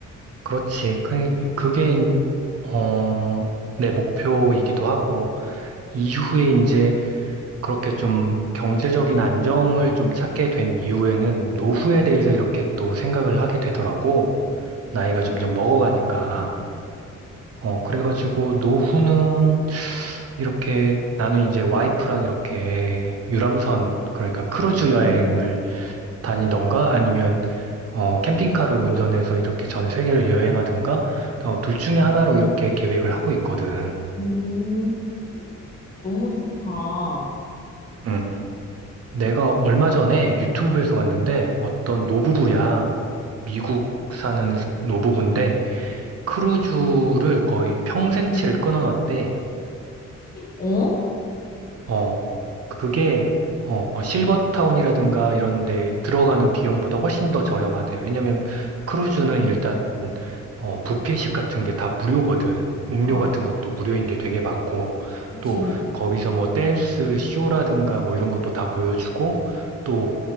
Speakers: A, on the right; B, on the left.
A: 그렇지. 그, 그게, 인- 어, 내 목표이기도 하고, 이후에 이제 그렇게 좀 경제적인 안정을 좀 찾게 된 이후에는 노후에 대해서 이렇게 또 생각을 하게 되더라고.
B: 그치?
A: 나이가 점점 먹어가니까.
B: 응, 응,
A: 어, 그래가지고 노후는 이렇게 나는 이제 와이프랑 이렇게 유람선, 그러니까 크루즈 여행을
B: 응, 응.
A: 다니던가 아니면 어, 캠핑카를 운전해서 이렇게 전 세계를 여행하든가 어, 둘 중에 하나로 이렇게 계획을 하고 있거든.
B: 음, 너무 좋다. 어,
A: 음. 내가 얼마 전에 유튜브에서 봤는데 어떤 노부부야. 미국 사는 노부부인데 크루즈를 거의 평생치를 끊어놨대.
B: 어?
A: 어, 그게 어, 실버타운이라든가 이런 데 들어가는 비용보다 훨씬 더 저렴하대. 왜냐면 크루즈는 일단 어, 뷔페식 같은 게 다 무료거든. 음료
B: 아,
A: 같은 것도 무료인 게 되게 많고,
B: 그치.
A: 또 거기서 뭐 댄스 쇼라든가 뭐 이런 것도 다 보여주고, 또